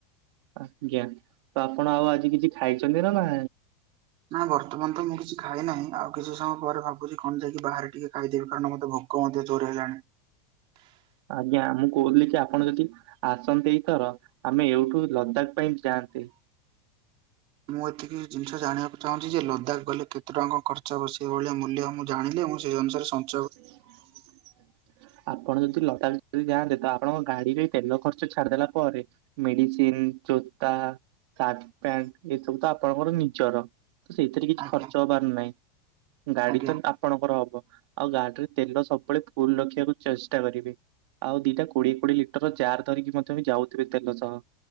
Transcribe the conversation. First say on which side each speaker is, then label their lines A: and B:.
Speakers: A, on the right (about 55°); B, on the right (about 35°).
A: ଆଜ୍ଞା ତ ଆପଣ ଆଉ ଆଜି କିଛି ଖାଇଛନ୍ତି ନା ନା
B: ନାଁ ବର୍ତ୍ତମାନ ତ ମୁଁ କିଛି ଖାଇ ନାହିଁ ଆଉ କିଛି ସମୟ ପରେ ଭାବୁଛି କଣ ଯାଇକି ବାହାରେ ଟିକେ ଖାଇଦବି କାରଣ ମୋତେ ଭୋଗ କୁହନ୍ତି ଜୋରେ ହେଲାଣି।
A: ଆଜ୍ଞା ମୁଁ କହୁଥିଲି କି ଆପଣ ଯଦି ଆସନ୍ତି ଏଇଥର ଆମେ ଏଉଠୁ ଲଦାଖ ପାଇଁ ଯାଆନ୍ତେ।
B: ମୁଁ ଏତିକି ଜିନିଷ ଜାଣିବାକୁ ଚାହୁଁଛି ଯେ ଲଦାଖ ଗଲେ କେତେ ଟଙ୍କା ଖର୍ଚ୍ଚ ହେବ ସେଇଭଳିଆ ମୂଲ୍ୟ ମୁଁ ଜାଣିଲେ ମୁଁ ସେଇ ଅନୁସାରେ ସମ
A: <inaudible> ଆପଣ ଯଦି ଲତାଖ ଯଦି ଯାଆନ୍ତେ ତ ଆପଣଙ୍କ ଗାଡିରେ ତେଲ ଖର୍ଚ୍ଚ ଛାଡିଦେଲା ପରେ ମେଡିସିନ ଜୋତା ସାର୍ଟ ପ୍ୟାଣ୍ଟ ଏସବୁ ତ ଆପଣଙ୍କର ନିଜର। ସେଇଥିରେ କିଛି
B: ଆଜ୍ଞା
A: ଖର୍ଚ୍ଚ ହବାର ନାହିଁ ଗାଡି
B: ଆଜ୍ଞା।
A: ତ ଆପଣଙ୍କର ହବ। ଆଉ ଗାଡିରେ ତେଲ ସବୁବେଳେ ଫୁଲ ରଖିବାକୁ ଚେଷ୍ଟା କରିବେ। ଆଉ ଦିଟା କୋଡିଏ କୋଡିଏ ଲିଟର ଜାର ଧରିକି ମଧ୍ୟ ବି ଯାଉଥିବେ ତେଲ ସହ।